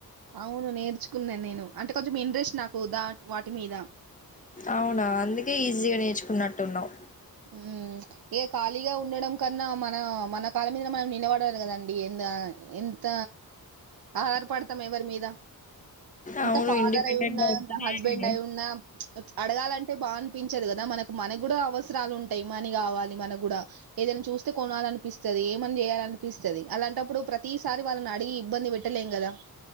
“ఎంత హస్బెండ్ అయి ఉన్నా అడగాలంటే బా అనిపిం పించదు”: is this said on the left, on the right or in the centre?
Right